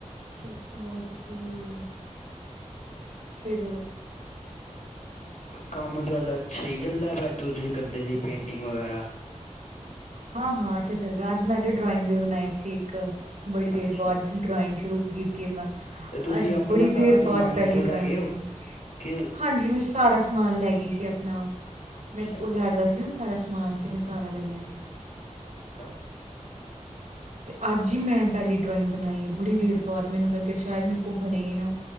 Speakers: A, on the right; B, on the left.
A: ਕਿ ਹੋਰ ਤੁਸੀਂ ਫਿਰ
B: ਕੰਮ ਤੁਹਾਡਾ ਸਹੀ ਚੱਲਦਾ ਪਿਆ ਜੋ ਤੁਸੀਂ ਕਰਦੇ ਸੀ ਪੇਂਟਿੰਗ ਵਗੈਰਾ
A: ਹਾਂ- ਹਾਂ ਅੱਛਾ ਚੱਲ ਅਜ ਮੈਂ ਤੇ ਡਰਾਇੰਗ ਵੀ ਬਣਾਈ ਸੀ ਇੱਕ ਬੜੀ ਦੇਰ
B: ਅੱਛਾ
A: ਬਾਅਦ ਡਰਾਇੰਗ ਸ਼ੁਰੂ ਕੀਤੀ ਮੈਂ
B: ਤੇ ਤੁਸੀਂ
A: ਅੱਜ
B: ਆਪਣਾ
A: ਬੜੀ
B: ਸਾਰਾ
A: ਦੇਰ
B: ਸਮਾਨ
A: ਬਾਅਦ ਪਹਿਲੀ
B: ਇੱਥੋਂ
A: ਡਰਾਇੰਗ
B: ਲੈ ਗਏ
A: ਬਣਾਈ।
B: ਹੋ ਕਿ
A: ਹਾਂਜੀ ਮੈਂ ਸਾਰਾ ਸਮਾਨ ਲੈ ਗਈ ਸੀ ਆਪਣਾ
B: ਅੱਛਾ
A: ਮੇਰੇ ਕੋਲ ਹੈਗਾ ਸੀ ਨਾ ਸਾਰਾ ਸਮ ਸਮਾਨ ਤੇ ਮੈਂ ਸਾਰਾ ਲੈ ਲਿਆ ਸੀ।
B: ਅੱਛਾ
A: ਅਤੇ ਅੱਜ ਹੀ ਮੈਂ ਪਹਿਲੀ ਡਰਾਇੰਗ ਬਣਾਈ ਏ ਬੜੀ ਦੇਰ ਬਾਅਦ ਮੈਨੂੰ ਲੱਗਿਆ ਸ਼ਾਇਦ ਮੇਰੇ ਕੋਲ ਬਣੇ ਨਾ।